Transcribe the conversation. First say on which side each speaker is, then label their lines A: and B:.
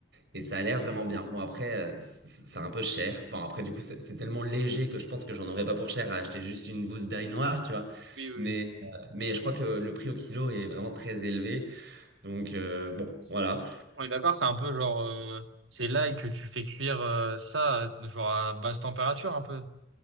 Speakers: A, on the right; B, on the right.
A: et ça a l'air vraiment bien. Bon après euh, c- c'est un peu cher, enfin après du coup c'est c'est tellement léger que je pense que j'en aurais pas pour cher à acheter juste une gousse d'ail noir, tu vois.
B: oui, oui,
A: Mais,
B: oui.
A: euh, mais je crois que le prix au kilo est vraiment très élevé donc euh, bon
B: C'est-
A: voilà.
B: On est d'accord, c'est un peu genre, euh, c'est l'ail que tu fais cuire, euh, c'est ça, euh, genre à basse température un peu.